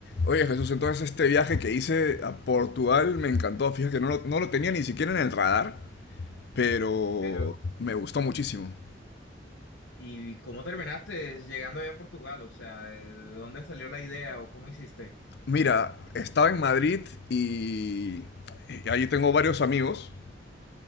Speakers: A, on the left (about 60°); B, on the left (about 80°).
A: Oye Jesús, entonces este viaje que hice a Portugal me encantó. Fíjate que no lo, no lo tenía ni siquiera en el radar, pero
B: Pero,
A: me gustó muchísimo.
B: ¿y cómo terminaste llegando allá a Portugal? O sea, ¿de dónde salió la idea o cómo hiciste?
A: Mira, estaba en Madrid y, y allí tengo varios amigos